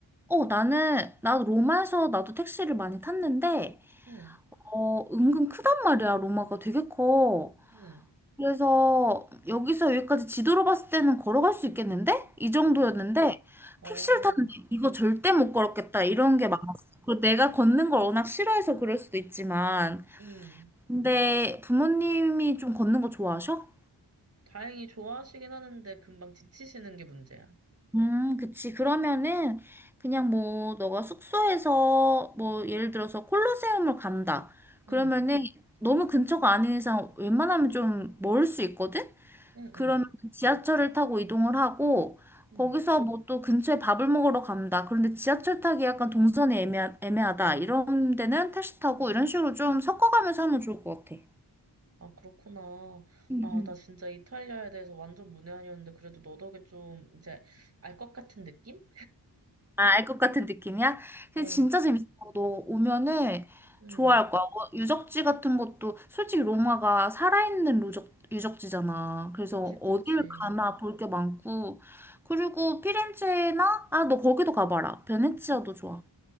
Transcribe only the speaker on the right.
응,
응,
응.
응. 어,
응.
다행히 좋아하시긴 하는데 금방 지치시는 게 문제야.
응,
응,
응,
응.
아, 그렇구나.
아,
나 진짜 이탈리아에 대해서 완전 문외한이었는데 그래도 너 덕에 좀 이제 알 것 같은 느낌?
어,
응.
그치,
그치.
응?